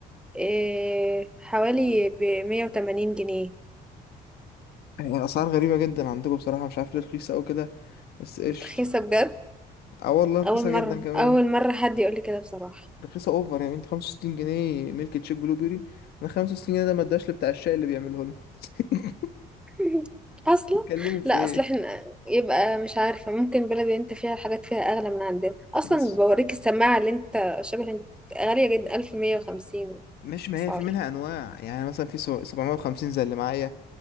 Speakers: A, in the centre; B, on the left.
A: إيه حوالي ب 180 جنيه
B: هي الأسعار غريبة جدا عندكم بصراحة مش عارف ليه رخيصة أوي كده بس قشطة
A: رخيصه بجد
B: اه والله رخيصة
A: اول
B: جدا
A: مره
B: كمان
A: اول مره حد يقول لي كده بصراحه
B: رخيصة اوفر يعني انت 65 جنيه ميلك تشيك بلو بيري انا 65 جنيه ده ما اداش لبتاع الشاي اللي بيعمله لنا <laughs>
A: <laughs> اصلا
B: تتكلمي في
A: لا
B: ايه
A: اصل احنا يبقى مش عارفه ممكن بلد اللي انت فيها الحاجات فيها اغلى من عندنا اصلا
B: بس
A: بوريك السماعه اللي انت شبه انت غاليه جدا 1150
B: مش ما
A: اسعار
B: هي في منها انواع يعني مثلا في سبع- 750 زي اللي معايا